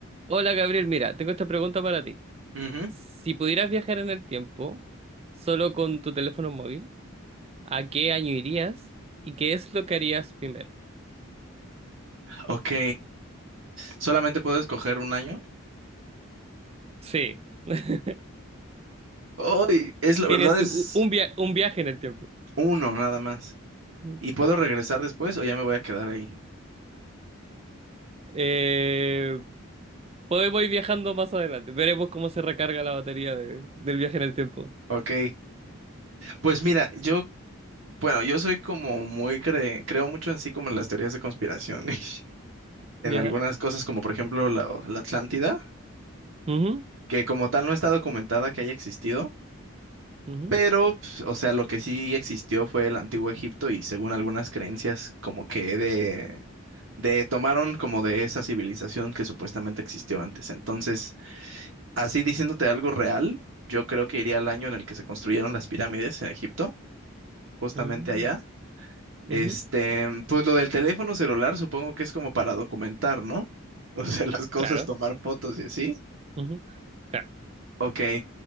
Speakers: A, on the right; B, on the right.
A: Hola Gabriel, mira, tengo esta pregunta para ti.
B: Ujú.
A: Si pudieras viajar en el tiempo solo con tu teléfono móvil, ¿a qué año irías y qué es lo que harías primero?
B: Ok. Solamente puedo escoger un año.
A: Sí, <laughs>
B: Hoy es la
A: tienes
B: verdad es
A: u- un, via- un viaje en el tiempo.
B: uno nada más.
A: Mm,
B: ¿Y puedo
A: Claro.
B: regresar después o ya me voy a quedar ahí?
A: Eh, podemos ir viajando más adelante. Veremos cómo se recarga la batería de- del viaje en el tiempo.
B: Ok. Pues mira, yo, bueno, yo soy como muy cre- creo mucho en sí como en las teorías de conspiración <laughs> y en
A: Ya.
B: algunas cosas como por ejemplo la, la Atlántida,
A: Ujú,
B: que como tal no está documentada que haya existido,
A: ujú,
B: pero pues, o sea, lo que sí existió fue el antiguo Egipto y según algunas creencias como que de de tomaron como de esa civilización que supuestamente existió antes. Entonces, así diciéndote algo real, yo creo que iría al año en el que se construyeron las pirámides en Egipto, justamente
A: mm,
B: allá. Este,
A: ujú.
B: pues lo del teléfono celular supongo que es como para documentar, ¿no? <laughs> O sea, las cosas,
A: Claro.
B: tomar fotos y así.
A: ujú, Claro.
B: Ok.